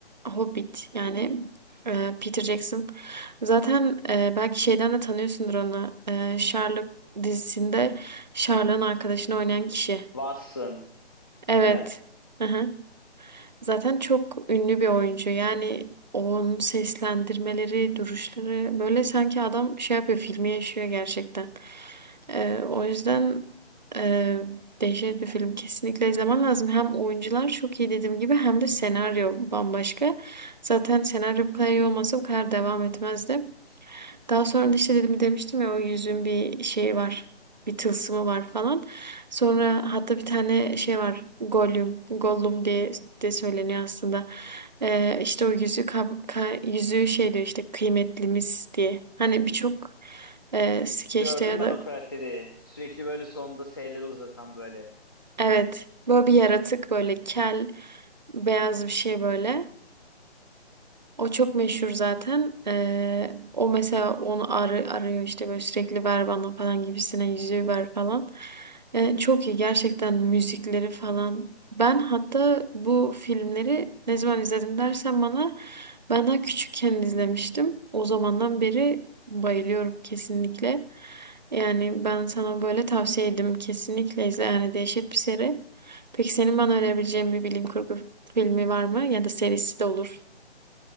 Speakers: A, on the right (about 40°); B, on the left (about 20°).
A: Hobbit yani e, Peter Jackson Zaten e, belki şeyden de tanıyorsundur onu. E, Sherlock dizisinde Sherlock'un arkadaşını oynayan kişi.
B: Watson,
A: Evet.
B: değil mi?
A: Hı-hı. Zaten çok ünlü bir oyuncu. Yani onun seslendirmeleri, duruşları böyle sanki adam şey yapıyor, filmi yaşıyor gerçekten. E, o yüzden e, dehşet bir film. Kesinlikle izlemen lazım. Hem oyuncular çok iyi dediğim gibi hem de senaryo bambaşka. Zaten senaryo bu kadar iyi olmasa bu kadar devam etmezdi. Daha sonra da işte dedim demiştim ya o yüzün bir şeyi var. Bir tılsımı var falan. Sonra hatta bir tane şey var. Gollum. Gollum diye de söyleniyor aslında. Ee, işte o yüzü kab- ka- yüzüğü şey diyor işte kıymetlimiz diye. Hani birçok e, skeçte
B: Gördüm
A: ya
B: ben
A: da
B: o karakteri. Sürekli böyle sonunda S'leri uzatan böyle.
A: evet. Böyle bir yaratık böyle kel beyaz bir şey böyle. O çok meşhur zaten. Ee, o mesela onu ar- arıyor işte böyle sürekli ver bana falan gibisine yüzüğü ver falan. Ee, çok iyi gerçekten müzikleri falan. Ben hatta bu filmleri ne zaman izledim dersen bana ben daha küçükken izlemiştim. O zamandan beri bayılıyorum kesinlikle. Yani ben sana böyle tavsiye ederim kesinlikle izle yani dehşet bir seri. Peki senin bana önerebileceğin bir bilim kurgu filmi var mı ya da serisi de olur.